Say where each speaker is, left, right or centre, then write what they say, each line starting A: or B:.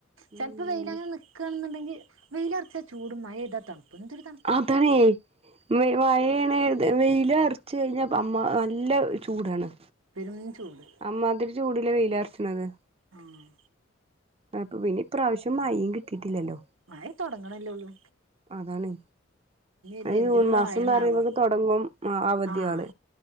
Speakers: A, on the right; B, on the right.
A: ചെലപ്പോ
B: ഉം
A: വെയിലങ്ങ് നിക്കാ എന്നുണ്ടങ്കിൽ വെയിലറച്ചാ ചൂടും മഴപെയ്താ തണുപ്പും എന്തൊര്
B: ആതാണെ മഴാണ് വെയില അറച്ച് കഴിഞ്ഞാൽ അമ്മ നല്ല ചൂടാണ്
A: പെരും ചൂട്
B: അമ്മാതിരി ചൂടലെ വെയിലറച്ചണത്
A: ആഹ്
B: അപ്പൾക്ക് പിന്നെ ഇപ്രാവിശ്യം മഴയും കിട്ടിയിട്ടില്ലല്ലോ
A: മഴ തൊടങ്ങണല്ലേള്ളൂ
B: അതാണ്
A: ഇത് എന്തിനുള്ള
B: ജൂൺ മാസന്ന്
A: മഴന്നാവോ
B: പറയുമ്പോക്ക് തുടങ്ങും അവധിയോള്
A: ആഹ്